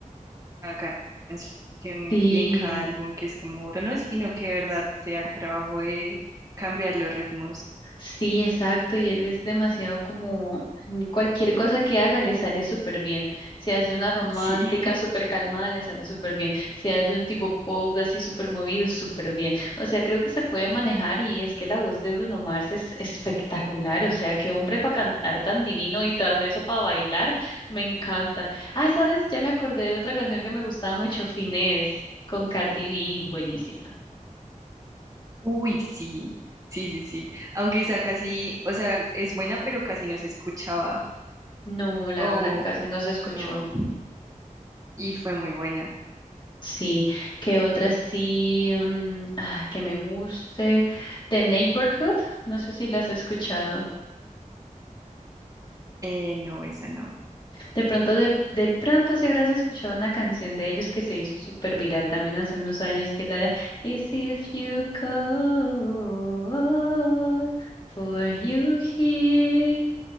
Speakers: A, on the right; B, on the left.
A: cada canción
B: Sí.
A: y en cada álbum, que es como, no, no, sino que de verdad sea el trabajo de cambiar los ritmos.
B: Sí, exacto, y él es demasiado como mm, cualquier cosa que haga le sale súper bien. Si hace una romántica
A: Sí. <laughs>
B: súper calmada, le sale súper bien. Si hace un tipo pop así súper movido, súper bien. O sea, creo que se puede manejar y es que la voz de Bruno Mars es espectacular. O sea, qué hombre para cantar tan divino y tras de eso para bailar, me encanta. Ah, ¿sabes? Ya me acordé de otra canción que me gustaba mucho, Finesse, con Cardi B, buenísima.
A: Uy, sí. Sí, sí, sí. Aunque esa casi, o sea, es buena, pero casi no se escuchaba.
B: No, la
A: Oh,
B: verdad casi no se escuchó.
A: no. Y fue muy buena.
B: Sí, que otra sí mm, ah, que me guste. The Neighborhood, no sé si la has escuchado.
A: Eh, no, esa no.
B: De pronto, de, de pronto si habrás escuchado una canción de ellos que se hizo súper viral también hace unos años, que la de Is if you call for you here